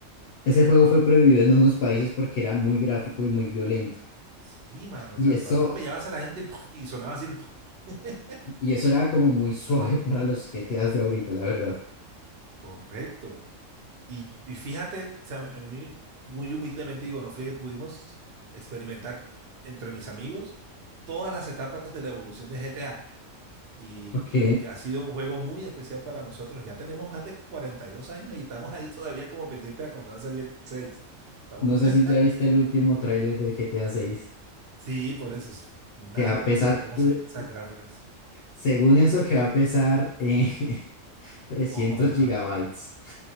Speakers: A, on the left; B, on the right.
A: Ese juego fue prohibido en unos países porque era muy gráfico y muy violento.
B: Sí, mano,
A: Y
B: o sea,
A: eso,
B: tú atropellabas a la gente y, ¡puf! y sonaba así el... ¡puf! <laughs>
A: y eso era como muy suave para los GTAs de ahorita, la verdad.
B: Correcto. Y, y fíjate, o sea, a mí muy humildemente digo, no friegue, pudimos experimentar entre mis amigos todas las etapas de la evolución de GTA. Y,
A: Ok.
B: y- y ha sido un juego muy especial para nosotros. Ya tenemos más de cuarenta y dos años y estamos ahí todavía como pendientes a cuando va a salir el seis Estamos-
A: No sé
B: <laughs>
A: si ya viste el último tráiler del GTA seis,
B: Sí, por eso es una
A: que va
B: locura
A: a pesar,
B: cómo
A: tre-
B: se ven esas gráficas.
A: según eso, que va a pesar eh, <laughs> 300
B: No joda
A: gigabytes.
B: cuánto.